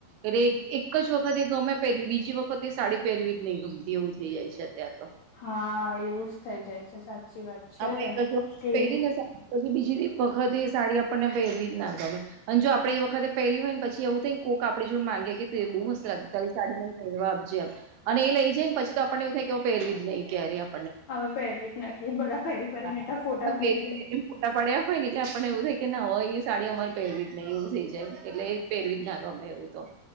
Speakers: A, on the right; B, on the left.
A: એ એક જ વખત એ ગમે પહેરવી બીજી વખતે એ સાડી પહેરવી જ નહીં ગમતી એવું થઈ જાય છે અત્યારે તો
B: હા એવું જ થઇ જાય છે સાચી વાત છે
A: આપડે એક જ વખત
B: કેવી
A: પેરી ને સાડી પછી બીજી વખત એ સાડી આપણને પેરવી જ ના ગમે. અને જો આપણે એ વખતે પહેર્યું હોયને પછી એવું થાય ને કોક આપ જોડ માંગેએ કે બહુ મસ્ત લાગ તલી સાડી મવા આપજેમ, અને એ લઈ જાય ને પછી આપણને એવું થાય કે પેરવીજહી કહે ર્યા આપ
B: હવે પહેરવી જ નથી બધા પહેરી પહેરીને
A: હા
B: એટલા ફોટા મૂકી
A: પેલી
B: દે.
A: પેરી ફોટા પડ્યા હોય ને એટલે પણ એવું થઈ કે ના હોય એ સાડી અમારે પહેરવી જ નહીં એવું થઈ જાય એટલે પહેરવી જ ના ગમે એવું તો.